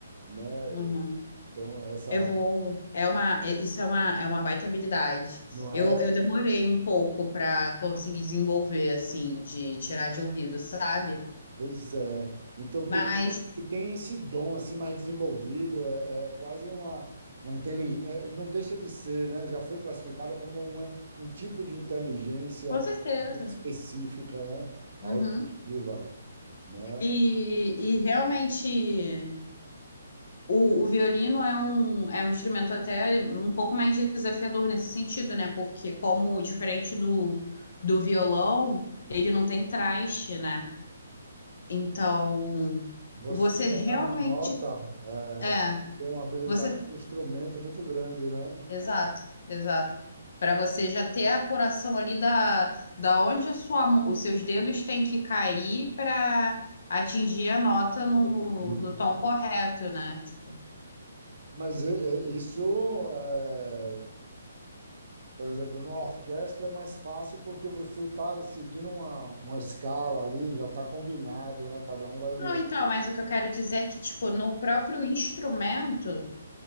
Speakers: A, on the right; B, on the left.
A: né?
B: uhum.
A: Então essa
B: Eu vou. É uma, é- isso é uma, é uma baita habilidade.
A: não é
B: Eu, eu demorei um pouco para conseguir desenvolver, assim, de tirar de ouvido, sabe?
A: Pois é. Então
B: Mas,
A: tem, tem esse dom assim mais desenvolvido, é, é quase uma, uma inteligência, não deixa de ser, né? Já foi classificada como uma, um tipo de inteligência
B: com certeza.
A: específica, né? Auditiva,
B: Uhum.
A: né?
B: E, e realmente, o, o violino é um, é um instrumento até um pouco mais desafiador nesse sentido, né? Porque, como diferente do, do violão, ele não tem traste, né? Então,
A: Você
B: você
A: chegar
B: realmente.
A: na nota, é,
B: É.
A: tem uma habilidade
B: Você
A: com um instrumento muito grande, né?
B: Exato, exato. Para você já ter a apuração ali da, da onde a sua, mão- os seus dedos têm que cair para atingir a nota
A: Pra
B: no,
A: poder grito.
B: no tom correto, né? Tipo,
A: Mas é, é, isso é, Por exemplo, numa orquestra é mais fácil porque você está seguindo uma, uma escala ali, já está combinado, né? Cada um vai. né?
B: não, então, mas o que eu quero dizer é que, tipo, no próprio instrumento,